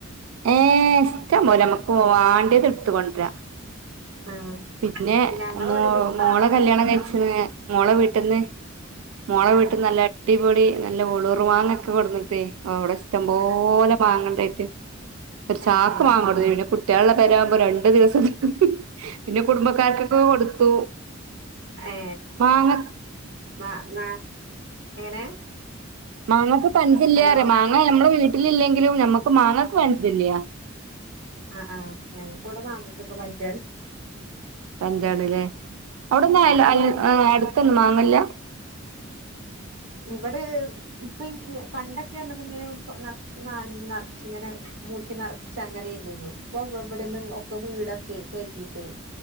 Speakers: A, on the right; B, on the right.
A: ഏ ഇഷ്ടം പോലെ നമ്മക്ക്
B: ആഹ്
A: വാണ്ടിയത് എടുത്ത കൊണ്ടരാ
B: ആഹ്
A: പിന്നെ
B: ഞങ്ങള്
A: മോ
B: ഇവിടെയൊന്നും
A: മോളെ
B: കാണാൻ
A: കല്യാണം
B: തന്നെല്ല
A: കഴിച്ചണ് മോള വീട്ടന്ന് മോള
B: ആഹ്
A: വീട്ടന്നല്ല അടി പൊളി നല്ല ഉളുർ വാങ്ങ ഒക്കെ കൊടുന്നട്ടേ ആ അവിടെ ഇഷ്ടംപോലെ
B: ആഹ്
A: മാങ്ങഉണ്ടയ് ഒരു ചാക്ക്
B: ഏഹ് ഏഹ്
A: മാങ്ങട്ന് ഹു കുറ്റെള പെരവുമ്പോ രണ്ടു ദിവസം നിക്കും പിന്നെ കുടുംബക്കാർക്കൊക്കെ കൊടുത്തു
B: ഏ
A: മാങ്ങ
B: മാ ണ എങ്ങനെ
A: മാങ്ങക്ക് പഞ്യാല്യർ
B: ഹലോ
A: മാങ്ങ മ്മടെ വീട്ടിൽ വീട്ടിലില്ലെങ്കിലും നമ്മക്ക് മാങ്ങക്ക് പഞ്ചല്യ
B: ആ ആ ഞങ്ങൾക്ക് ഇവടെ മാങ്ങക്കൊക്കെ പഞ്ചാണ്
A: പഞ്ചാടല്ലേ അവിടെന്ന
B: ഞങ്ങള്
A: അൽ അൽ അടുത്തന്ന് മാങ്ങ അല്ല
B: ഇവിടെ ഇപ്പ ഇ പണ്ടൊക്കെ പറഞ്ഞത് ഇങ്ങനെ നെറച്ച് മാങ്ങി നെറച്ച് ഇങ്ങനെ മൂച്ചി നിറച്ച് അങ്ങനെ ഇല്ലേനു ഇപ്പൊ ഇവിടെന്ന് ഒക്കെ വീടൊക്കെ കയറ്റീട്ടേ